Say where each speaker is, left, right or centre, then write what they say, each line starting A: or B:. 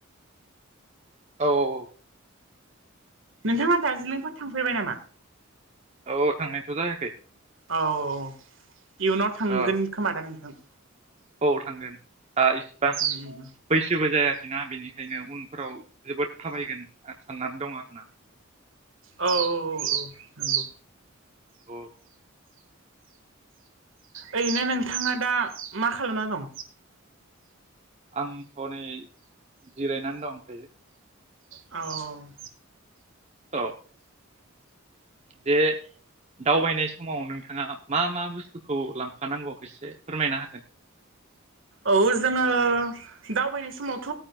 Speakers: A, on the right (about 30°); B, on the right (about 65°).
A: औ
B: नोंथाङा दार्जिलिंफोर थांफेरबाय नामा
A: औ थांनायथ' जायाखै
B: औ औ इयुनाव थांगोन
A: औ
B: खोमा दा नोंथां
A: औ थांगोन दा इसिबां
B: उम उम
A: बैसोबो जायाखैना बेनिखायनो उनफ्राव जोबोद थाबायगोन साननानै दं आरोना
B: औ औ औ औ नंगौ
A: औ
B: ओरैनो नोंथाङा दा मा खालामना दं
A: आंथ'नै जिरायनानै दंओंखायो
B: औ
A: औ जे दावबायनाय समाव नोंथाङा मा मा बुस्थुखौ लांफानांगौ एसे फोरमायना हागोन <unintelligible>
B: औ जोङो दावबायनाय समावथ'